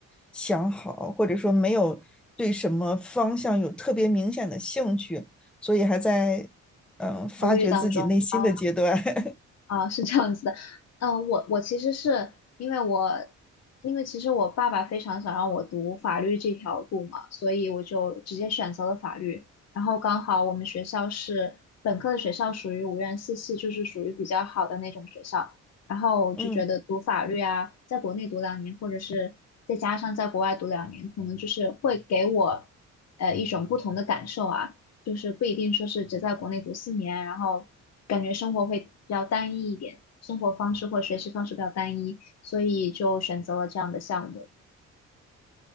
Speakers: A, in the centre; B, on the left (about 55°).
A: 想好，或者说没有对什么方向有特别明显的兴趣，所以还在嗯发掘自己内心的阶段。
B: 考虑当中。啊
A: <laughs>
B: 啊，是这样子的，嗯，我我其实是因为我，因为其实我爸爸非常想让我读法律这条路嘛，所以我就直接选择了法律。然后刚好我们学校是本科的学校，属于五院四系，就是属于比较好的那种学校。然后就觉得读法律啊，
A: 嗯，
B: 在国内读两年，或者是再加上在国外读两年，可能就是会给我呃一种不同的感受啊。就是不一定说是只在国内读四年，然后感觉生活会比较单一一点，生活方式或学习方式比较单一，所以就选择了这样的项目。